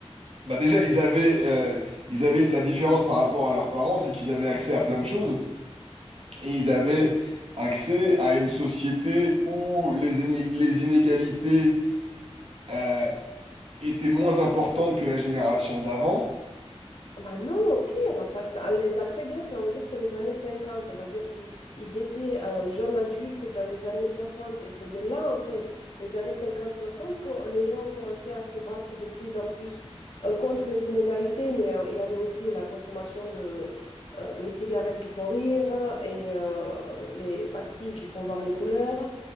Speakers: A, on the right (about 65°); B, on the left (about 60°).
A: Bah déjà, ils avaient, euh, ils avaient la différence par rapport à leurs parents, c'est qu'ils avaient accès à plein de choses et ils avaient accès à une société où les, iné- les inégalités euh, étaient moins importantes que la génération d'avant.
B: Bah non, au pire, parce que ah, les après-guerres, c'est- on va dire, c'est les années 50, on va dire qu'ils ils étaient euh, jeunes adultes dans les années 60, et c'est de là, en fait, les années 50-60, que les gens ont commencé à se battre de plus en plus euh, contre les inégalités, mais euh, il y avait aussi la consommation de euh, les cigarettes qui font rire, hein, et euh, les pastilles qui font voir des couleurs.